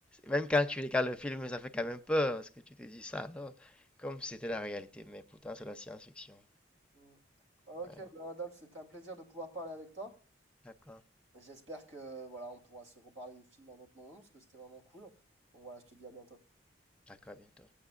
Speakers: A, in the centre; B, on the right.
A: même quand tu regardes le film, ça fait quand même peur, parce que tu te dis ça, alors, comme c'était la réalité, mais pourtant, c'est la science-fiction.
B: Mhm. Ok,
A: Ouais,
B: bah, Adolphe, c'était un plaisir de pouvoir parler avec toi.
A: d'accord,
B: J'espère que voilà, on pourra se reparler de film à un autre moment parce que c'était vraiment cool. Donc voilà, je te dis à bientôt.
A: d'accord, à bientôt.